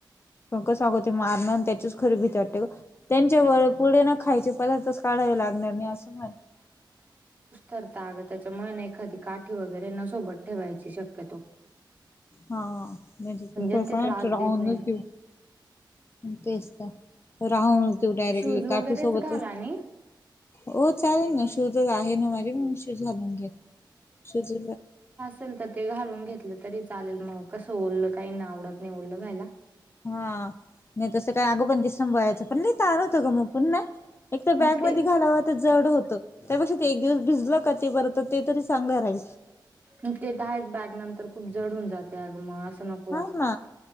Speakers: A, on the left; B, on the right.
A: मग कसग हो ते मारणं त्याचीच खरी भीती वाटते ग. त्यांच्या व पुढे न खायचे पदार्थच काढावे लागणार नाही असं म्हण.
B: रता आगं त्याच्यामुळे एखादी काठी वगैरे नसोबत ठेवायची शक्यतो.
A: हा म्हणजे फसा
B: न ते त्रास
A: ना राहूनच
B: देत नाही
A: देऊ तेच तर राहूनच देऊ डायरेक्टली
B: शूज वगैरेच
A: काठी सोबतच.
B: घाला आणि
A: हो चालेल ना शूधच आहे ना माझ मग शूज घालून घे शूज.
B: चल तर ते घालून घेतलं तरी चालेल मग कसं ओरलं काही नाही आवडत नाही ओरलं व्हायला.
A: हा नाही तसं काही अगोपण दिस संभवायच पण नाही लवतो ग मग पुन्हा. एक तर
B: हा
A: बॅगमध्ये
B: ते
A: घालावत जड होतं त्यापेक्षा ते एक दिवस भिजला क ते परत ते तरी चांगलं राहील.
B: मी ते तर आहेच बॅग नंतर खूप जड होऊन जाते अगं म असं नक
A: हा ना.